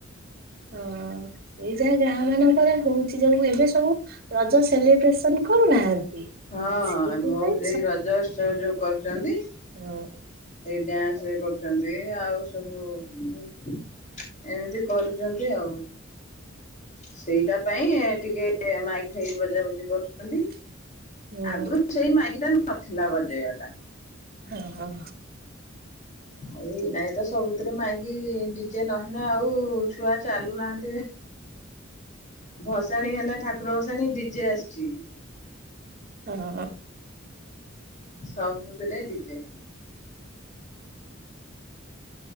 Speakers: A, on the right; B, on the left.
A: ହଁ ଏଇ ଯାଇ ଗାଁ ମାନଙ୍କରେ ହଉଛି ଯୋଉ ଏବେ ସବୁ ରଜ ସେଲିବ୍ରେସନ କରୁନାହାନ୍ତି।
B: ହଁ
A: ସେଇଥିପାଇଁ
B: ମୋ ଏଇ ରଜ ଉତ୍ସବ ଯୋଉ କରୁଛନ୍ତି
A: ହଁ
B: ଏଇ ଡ୍ୟାନ୍ସ ସେ କରୁଛନ୍ତି ଆଉ ସବୁ ହଁ ଏମିତି କରୁଛନ୍ତି ଆଉ ସେଇଟା ପାଇଁ ଟିକେ ମାଇକି ଫାଇକି ବଜାବୁଜି କରୁଛନ୍ତି
A: ହୁଁ।
B: ଆଗରୁ ସେଇ ମାଇକିଟା ନଥିଲା ବଜେଇବା ଟା
A: ହଁ ହଁ
B: ଆଉ ଏଇ ନାଇଁ ତ ସବୁଥିରେ ମାଇକି ଡିଜେ ନହେଲେ ଆଉ ଛୁଆ ଚାଲୁନାହାନ୍ତି ଭସାଣି ହେଲେ ଠାକୁର ଭସାଣି ଡିଜେ ଆସିଛି
A: ହଁ
B: ସବୁ ତିରେ ଡିଜେ